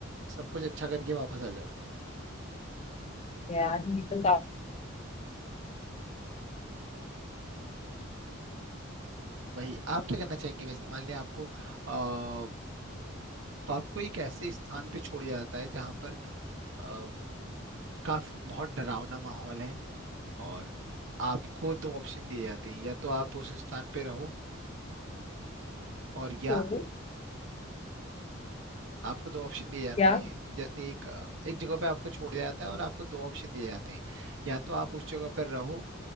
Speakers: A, on the right; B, on the left.
A: सब कुछ अच्छा करके वापस आ जाओ
B: यार ये तो काफी
A: वही आप क्या करना चाहेंगे वैसे मान लिया आपको आ, आपको एक ऐसे स्थान पे छोड़ दिया जाता है जहां पर अ, काफ बहुत डरावना माहौल है और आपको दो ऑप्शन दिए जाते हैं या तो आप उस स्थान पे रहो और या
B: हूँ
A: आपको दो ऑप्शन दिए जाते
B: क्या
A: हैं जैसे एक अ, एक जगह पे आपको छोड़ दिया जाता है और आपको दो ऑप्शन दिए जाते हैं या तो आप उस जगह पर रहो